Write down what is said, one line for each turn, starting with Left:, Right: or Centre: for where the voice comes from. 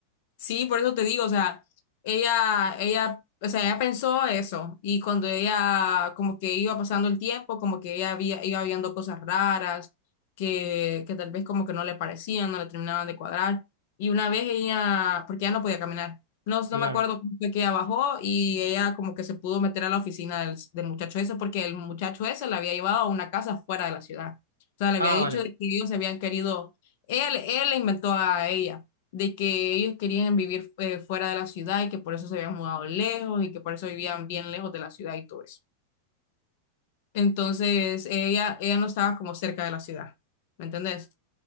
Left: Sí, por eso te digo, o sea, ella, ella, o sea, ella pensó eso y cuando ella como que iba pasando el tiempo, como que ella había, iba viendo cosas raras que, que tal vez como que no le parecían, no le terminaban de cuadrar. Y una vez ella, porque ya no podía caminar, no,
Right: Claro.
Left: no me acuerdo cómo fue que ella bajó y ella como que se pudo meter a la oficina del, del muchacho ese porque el muchacho ese la había llevado a una casa fuera de la ciudad. O sea, le
Right: Ah,
Left: había dicho
Right: vale,
Left: de que ellos se habían querido, él, él le inventó a ella de que ellos querían vivir eh, fuera de la ciudad y que por eso se habían mudado lejos y que por eso vivían bien lejos de la ciudad y todo eso. Entonces, ella, ella no estaba como cerca de la ciudad, ¿me entendés?